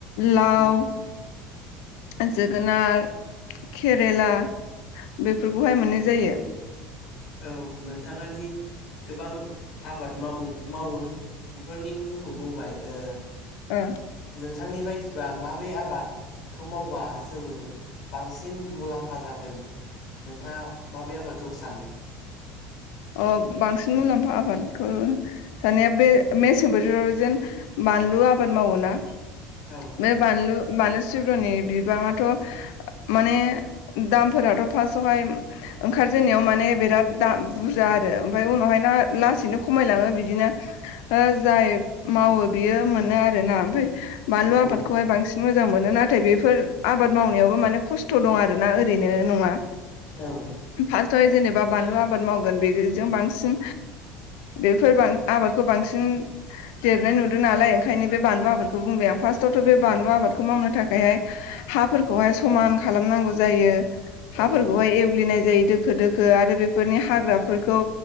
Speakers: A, on the left; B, on the left.
A: लाव
B: औ
A: <inaudible> जोगोनार केरेला बेफोरखौहाय मोननाय जायो।
B: औ नोंथाङा दि गोबां आबाद माव-मावो बेफोरनि मुंखौ बुंबाय ओ
A: ओ।
B: नोंथांनि बायदिब्लाा माबे आबाद खौ मावबा जोङो बांसिन मुलाम्फा जागोन? नोंथाङा माबे आबादखौ सानो?
A: अ बांसिन मुलाम्फा आबादखौ दानिया बे मेसें बोथोराव जेन बानलु आबाद मावोना।
B: औ।
A: बे बानलु बानलु सिब्रनि बिबाङाथ' माने दामफोराथ' फार्स्टआवहाय ओंखारजेननायाव माने बिराद दाम बुरजा आरो आमफ्राय उनावहाय ना लासैनो खमायलाङो बिदिनो ओ जाय मावो बियो मोनो आरोना। आमफ्राय बानलु
B: औ
A: आफादखौहाय बां मोजां मोनो नाथाय बेफोर आबाद मावनायावबो माने खस्थ' दं आरोना ओरैनो नङा
B: औ
A: फास्ट आवहाय जेनेबा बानलु आबाद माव गोन बेजों बांसिन बेफोर आबादखौ बांसिन देरनाय नुदों नालाय ओंखायनो बे बानलु आबादखौ बुंबाय आं फार्स्टआवथ' बे बानलु आबादखौ मावनो थाखायहाय हाफोरखौहाय समान खालामनांगौ जायो हाफोरखौहाय
B: औ
A: एवग्लिनाय जायो दोखो दोखो आरो बेफोरनि हाग्रा फोरखौ